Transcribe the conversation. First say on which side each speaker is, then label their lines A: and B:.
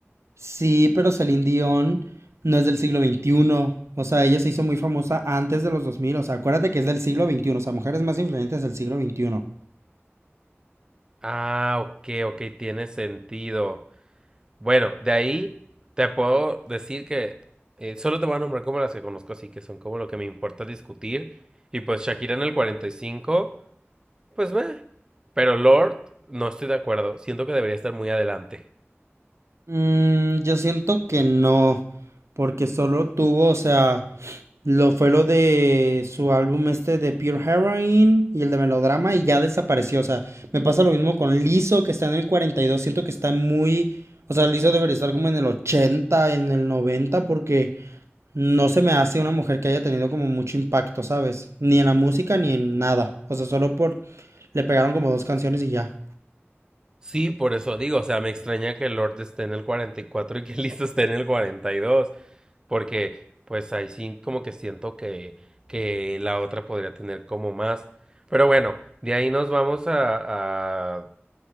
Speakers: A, on the right (about 85°); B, on the right (about 15°).
A: Sí, pero Celine Dion no es del siglo XXI. O sea, ella se hizo muy famosa antes de los 2000. O sea, acuérdate que es del siglo XXI. O sea, mujeres más influyentes del siglo XXI.
B: Ah, ok, ok, tiene sentido. Bueno, de ahí te puedo decir que eh, solo te voy a nombrar como las que conozco, así que son como lo que me importa discutir. Y pues Shakira en el 45, pues ve. Pero Lord, no estoy de acuerdo. Siento que debería estar muy adelante.
A: Mm, yo siento que no. Porque solo tuvo, o sea, lo fue lo de su álbum este de Pure Heroine y el de Melodrama y ya desapareció. O sea, me pasa lo mismo con Lizzo, que está en el 42. Siento que está muy. O sea, Lizzo debería estar como en el 80, en el 90, porque. No se me hace una mujer que haya tenido como mucho impacto, ¿sabes? Ni en la música ni en nada. O sea, solo por... Le pegaron como dos canciones y ya.
B: Sí, por eso digo, o sea, me extraña que Lord esté en el cuarenta y cuatro y que <laughs> listo esté en el 42, porque pues ahí sí como que siento que, que la otra podría tener como más. Pero bueno, de ahí nos vamos a, a,